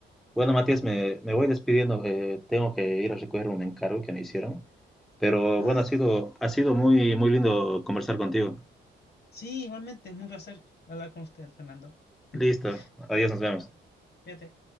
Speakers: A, in the centre; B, on the left.
A: Bueno, Matías, me, me voy despidiendo. eh, tengo que ir a recoger un encargo que me hicieron. Pero
B: Ah,
A: bueno, ha sido, ha sido muy, muy lindo conversar contigo.
B: Sí, igualmente, es un placer hablar con usted, Fernando. <laughs>
A: Listo. Adiós, nos vemos.
B: Fíjate.